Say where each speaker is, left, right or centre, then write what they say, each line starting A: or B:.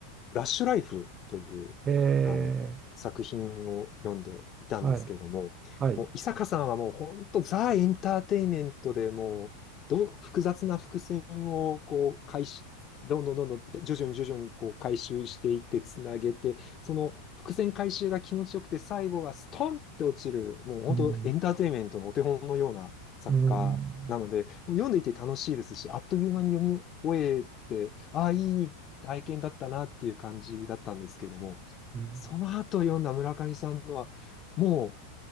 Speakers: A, on the left; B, on the right.
A: ラッシュライフという、
B: え
A: あの、作品を読んでいたんですけれども、
B: ーはい。はい。
A: もう、伊坂さんはもう本当ザ・エンターテインメントでもう、どう、複雑な伏線をこう、回収、どんどんどんどん、徐々に徐々にこう回収していって、つなげて、その伏線回収が気持ちよくて、最後がストンって落ちる、もう本当エンターテインメントのお手本のような作家なので、
B: うん。うん。
A: もう読んでいて楽しいですし、あっという間に読み終えて、ああ、いい体験だったなっていう感じだったんですけれども、
B: うん
A: その後読んだ村上さんのは、も